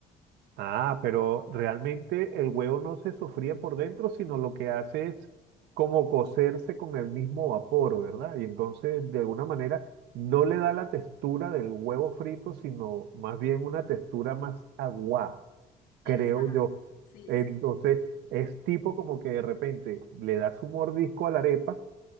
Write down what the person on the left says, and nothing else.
Exacto.
Sí, sí,